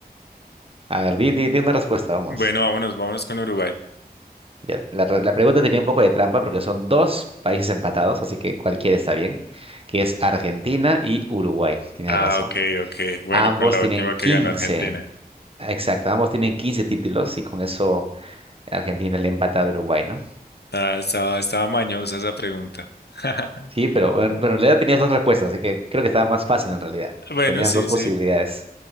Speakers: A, on the right; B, on the left.
A: A ver, di, di- di una respuesta, vamos.
B: Bueno, vámonos, vámonos con Uruguay.
A: Ya, la, re- la pregunta tenía un poco de trampa porque son dos países empatados, así que cualquiera está bien, que es Argentina y Uruguay, tienes
B: Ah,
A: razón.
B: ok, ok. Bueno,
A: Ambos
B: con la
A: tienen
B: última
A: 15.
B: que ganó Argentina.
A: exacto, ambos tienen 15 títulos y con eso Argentina le empata a Uruguay, ¿no?
B: Ah, estaba, estaba mañosa esa pregunta. <laughs>
A: Sí, pero, bueno, pero en realidad tenías dos respuestas, así que creo que estaba más fácil en realidad.
B: Bueno,
A: Tenías
B: sí,
A: dos posibilidades.
B: sí.